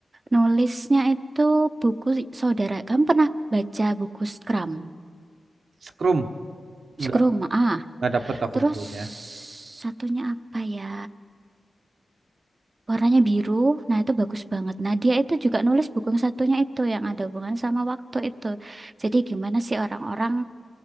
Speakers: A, on the right (about 40°); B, on the right (about 75°).
A: nulisnya itu buku saudara. Kamu pernah baca buku Scrum?
B: Scrum? Enggak,
A: Scrum ah.
B: enggak dapet aku
A: Terus
B: bukunya.
A: satunya apa ya? warnanya biru. Nah, itu bagus banget. Nah, dia itu juga nulis buku yang satunya itu yang ada hubungan sama waktu itu. Jadi gimana sih orang-orang